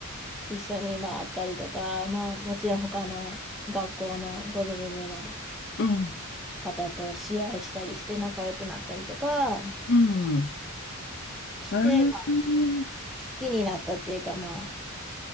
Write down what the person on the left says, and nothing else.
うん、
うん。
えー、